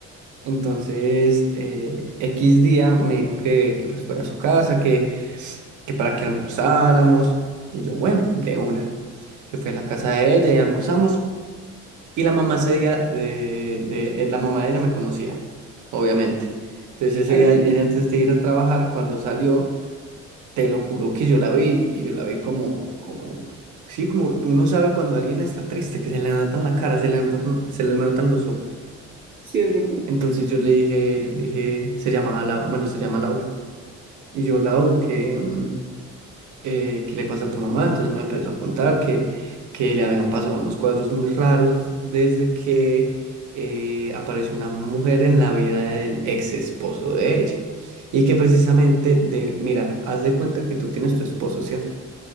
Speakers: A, on the right; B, on the right.
A: Entonces, eh, X día me dijo que, que pues fuera a su casa, que, que para que almorzáramos. Y yo, bueno, de una. Yo fui a la casa de ella y almorzamos. Y la mamá ese día, de, de, eh, la mamá de ella me conocía, obviamente. Entonces ese
B: Claro.
A: día, ella antes de ir a trabajar, cuando salió, te lo juro que yo la vi y yo la vi como, como, sí, como uno sabe cuando alguien está triste, que se le notan la cara, se le notan, se le notan los ojos.
B: Sí, es verdad.
A: Entonces yo le dije, yo le dije, se llamaba la bueno, se llama Laura. Y yo, Lau, que, mm, eh, ¿qué le pasa a tu mamá? Entonces me empezó a contar que, que le habían pasado unos cuadros muy raros desde que eh, apareció una mujer en la vida del ex esposo de ella. Y que precisamente, de, mira, haz de cuenta que tú tienes tu esposo, ¿cierto?